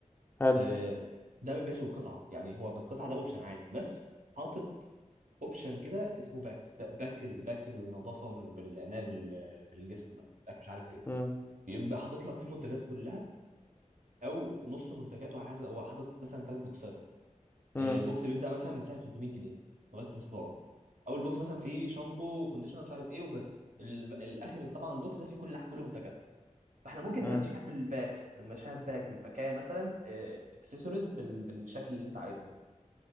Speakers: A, on the left (about 15°); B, on the right (about 80°).
A: حلو
B: آه ده ما بيبيعش بالقطعه يعني هو بالقطعه ده اوبشن عادي بس حاطط اوبشن كده اسمه باكس باك باك النظافه من- بالعنايه بال- بالجسم مثلا باك مش عارف ايه
A: امم
B: يقوم بقى حاطط لك فيه منتجاته كلها او نص منتجاته على حسب هو حاطط مثلا ثلاث بوكسات
A: امم
B: آه، بوكس بيبدا مثلا من سعر 300 جنيه لغايه 300 اول بوكس مثلا فيه شامبو كونديشنر مش عارف ايه وبس ال- الاخر طبعا بوكس ده فيه كل كل منتجاته فاحنا ممكن
A: امم
B: نمشيها بالباكس نمشيها بباك بباكايه مثلا اكسسوارز بالشكل اللي انت عايزه مثلا